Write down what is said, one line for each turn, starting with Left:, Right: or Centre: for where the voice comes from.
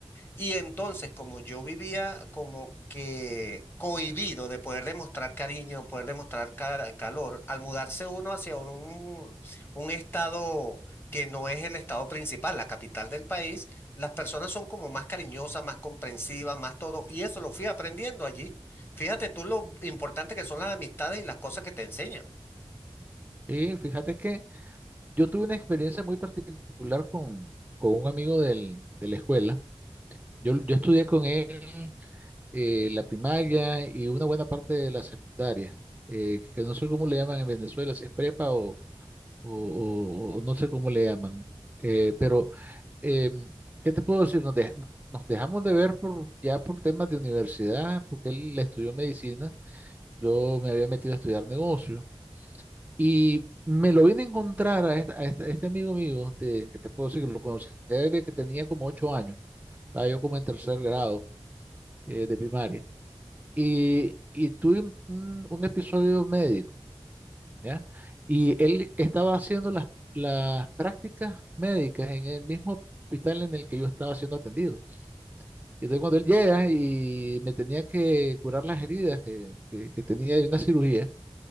Left: Y entonces, como yo vivía como que cohibido de poder demostrar cariño, poder demostrar ca- calor, al mudarse uno hacia un, un estado que no es el estado principal, la capital del país, las personas son como más cariñosas, más comprensivas, más todo, y eso lo fui aprendiendo allí. Fíjate tú lo importante que son las amistades y las cosas que te enseñan.
Right: Y fíjate que yo tuve una experiencia muy particular con, con un amigo del- de la escuela. Yo, yo estudié con él eh, la primaria y una buena parte de la secundaria eh, que no sé cómo le llaman en Venezuela, si es prepa o, o- o no sé cómo le llaman. Eh, pero, eh, ¿qué te puedo decir? Nos, dej- nos dejamos de ver por, ya por temas de universidad, porque él estudió medicina, yo me había metido a estudiar negocio y me lo vine a encontrar a, esta- a esta- a este amigo mío, de, que te puedo decir que lo conocí desde que tenía como ocho años, estaba yo como en tercer grado eh, de primaria, y, y tuve un un- un episodio médico. ¿ya? Y él estaba haciendo las, las prácticas médicas en el mismo hospital en el que yo estaba siendo atendido. Y entonces cuando él llega y me tenía que curar las heridas que, que, que tenía de una cirugía,